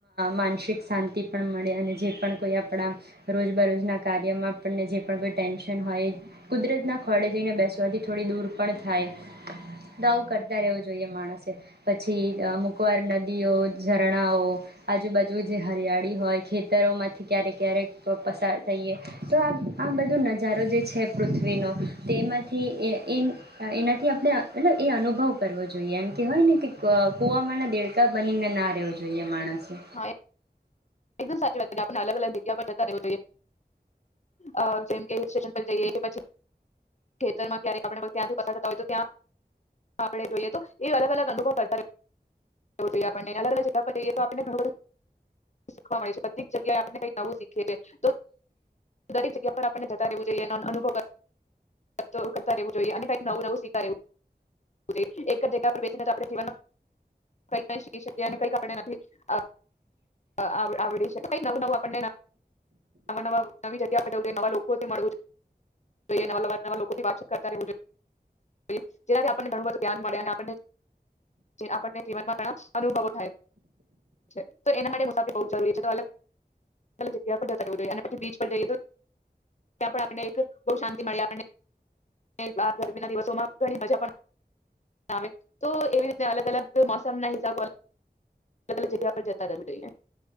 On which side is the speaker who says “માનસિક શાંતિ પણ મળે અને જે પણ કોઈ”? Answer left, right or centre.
Right